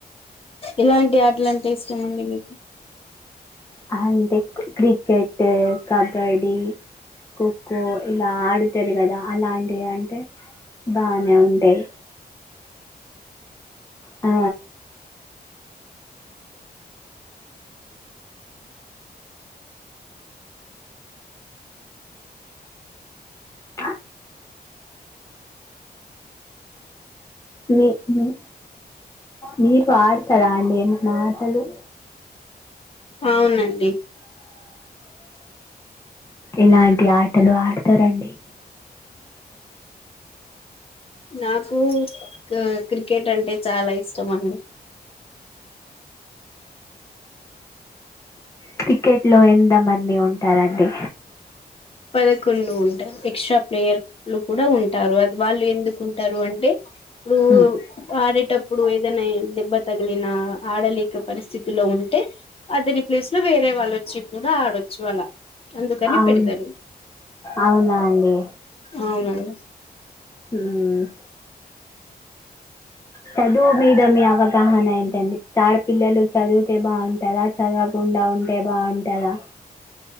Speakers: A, on the left; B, on the left.
A: ఎలాంటి ఆటలంటే ఇష్టం అండి మీకు
B: అంటే క్రికెట్ కబడీ కో కఖో ఇలా ఆడుతారు కదా అలాంటివి అంటే బానే ఉంటాయి ఆ హలో మీ మీ మీరు ఆడతారా అండి ఏమైనా ఆటలు
A: అవునండి
B: ఏలాంటి ఆటలు ఆడతారండి
A: నాకు క్ క్రికెట్ అంటే చాలా ఇష్టం అండి
B: క్రికెట్ లో ఎంతమంది ఉంటారండి
A: పదకొండు ఉంటారు ఎక్స్ట్రా ప్లేయర్లు కూడా ఉంటారు అది వాళ్ళు ఎందుకుంటారు అంటే పుడు
B: ఉమ్,
A: ఆడేటప్పుడు ఏదైనా దెబ్బ తగలినా ఆడలేక పరిస్థితిలో ఉంటే అతని ప్లేస్ లో వేరే వాళ్ళు వచ్చి కూడా ఆడొచ్చు అళ్లా అందుకని
B: అవును
A: పెడతారు
B: అవునా అండి
A: అవునండి
B: హుమ్మ్ చదువు మీద మీ అవగాహన ఏంటండి చాడపిల్లలు చ చదివితే బాగుంటదా చదవకుండా ఉంటే బాగుంటదా